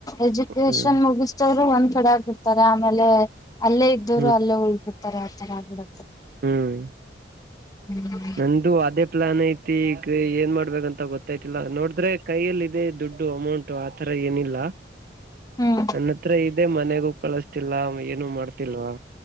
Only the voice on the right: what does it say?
ಹ್ಮ್
ಹ್ಮ್
ಹ್ಮ್
ನಂದು ಅದೇ ಪ್ಲಾನ್ ಐತಿ ಈಗ ಏನ್ ಮಾಡ್ಬೇಕಂತ ಗೊತ್ತಾಯ್ತಿಲ್ಲ ನೋಡಿದ್ರೆ ಕೈಯಲ್ಲಿ ದುಡ್ಡು ಅಮೌಂಟ್ ಆತರ ಏನಿಲ್ಲ
ನನ್ನ ಹತ್ರ ಮನೆಗೂ ಕಳಿಸ್ತಿಲ್ಲ ಏನು ಮಾಡ್ತಿಲ್ವಾ